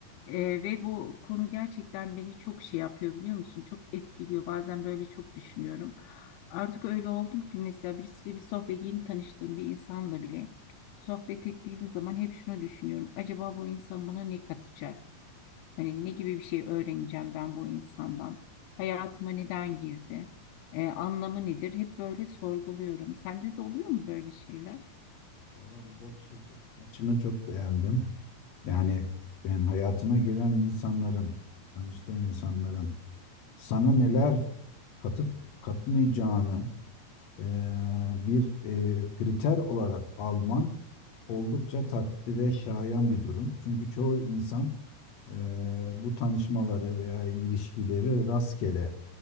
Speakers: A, on the left; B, on the left.
A: Ee, ve bu konu gerçekten beni çok şey yapıyor biliyor musun? Çok etkiliyor. Bazen böyle çok düşünüyorum. Artık öyle oldum ki mesela birisiyle bir sohbet yeni tanıştığım bir insanla bile sohbet ettiğim zaman hep şunu düşünüyorum. Acaba bu insan bana ne katacak? Hani ne gibi bir şey öğreneceğim ben bu insandan? Hayatıma neden girdi? Ee, anlamı nedir? Hep böyle sorguluyorum. Sende de oluyor mu böyle şeyler?
B: Vallahi bu bakış açısı- açını çok beğendim. Yani yani hayatına giren insanların, tanıştığın insanların sana neler katıp katmayacağını e, bir e, kriter olarak alman oldukça takdire şayan bir durum. Çünkü çoğu insan e, bu tanışmaları veya ilişkileri rastgele